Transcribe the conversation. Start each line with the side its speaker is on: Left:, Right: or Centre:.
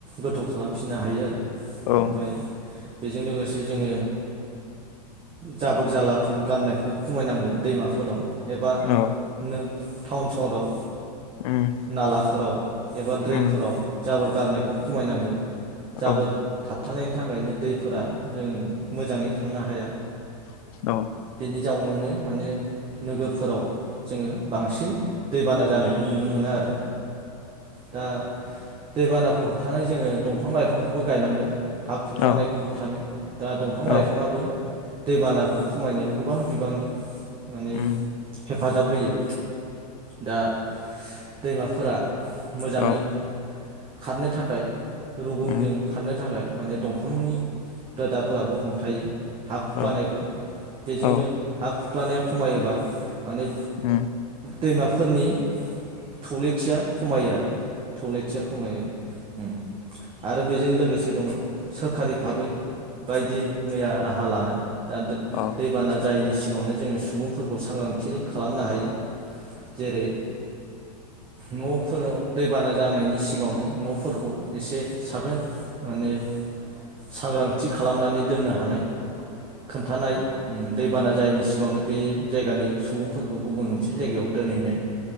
Right: गोथौ खालामफिननो हायो आरो
Left: औ
Right: ओमफाय बेजों लोगोसे जोंङो जाबोर जालाफोर गाननायखौ खमायनांगोन दैमाफोराव एबा
Left: औ
Right: नो टाउन सहराव
Left: उम
Right: नालाफोराव एबा ड्रेनफोराव
Left: उम
Right: जाबोर गारनायखौ खमायनांगोन।
Left: औ
Right: जाबोर
Left: औ
Right: थाबथानाय थाखायनो दैफोरा जों मोजाङै थांनो हाया
Left: औ।
Right: बेनि जाउनावनो माने नोगोरफोराव जोङो बांसिन दैबाना जानायखौ नुनो मोनो आरो दा दै बानाखौ होब- थानो जोङो दंफां लाइफांखौबो गायनांगोन हा खुरख्लानायखौ
Left: औ
Right: होबथानो दा दंफां लाइफाङाबो
Left: औ
Right: दैबानाखौ खमायनायाव गोबां बिबांनि माने
Left: उम
Right: हेफाजाब होयो। दा दैमाफोरा मोजाङै
Left: औ
Right: खारनो थाखाय रुगुंजों
Left: उम
Right: खारनो थाखाय माने दंफांनि रोदाफोराबो हमथायो हा खुरख्लानायखौ
Left: औ उम औ
Right: बेजोंनो
Left: औ
Right: हा खु- ख्लानाया खमायोबा माने
Left: उम
Right: दैमाफोरनि थौलेथिया खमायो आरो थौलेथिया खमायो आरो बेजों लोगोसे दङ सोरखारि भाबै बायदि मैया राहा लानाय दा
Left: औ औ
Right: दैबाना जायिनि सि- गाङावनो जोङो सुबुंफोर सांग्रांथिय खालामनो हायो जेरै न'फोराव दैबाना जानायनि सिगाङावनो न'फोरखौ एसे साखोन माने सांग्रांथि खालामनानै दोननो हानाय खोन्थानाय दैबाना जायैनि सिगाङावनो बे जायगानि सुबुंफोरखौ गुबुन मोनसे जायगायाव दोनहैनाय